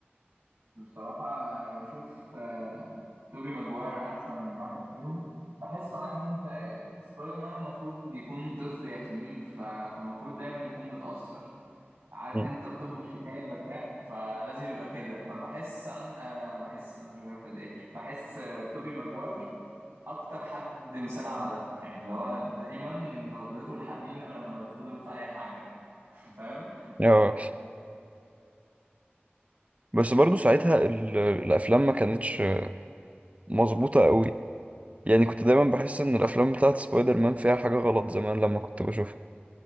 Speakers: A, on the right; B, on the right.
A: بصراحة انا بشوف آه، توبي ماجواير احسن واحد فيهم بحسه عارف انت آه، سبايدر مان المفروض يكون طفل يتيم ف- فالمفروض دايما يكون متأثر عارف
B: مم.
A: انت الطفل الحكاية البكاء فلازم يبقى كده فبحس أن... آه بحس اندرو جارفيلد ايه بحس آه توبي ماجواير اكتر حد مثال على ده يعني اللي هو دايما نظرته الحزينة لما يتصدم في اي حاجة <laughs> فاهم
B: آه، بس برضو ساعتها ال- الأفلام ما كانتش مظبوطة قوي يعني كنت دايما بحس إن الأفلام بتاعت سبايدر مان فيها حاجة غلط زمان لما كنت بشوفها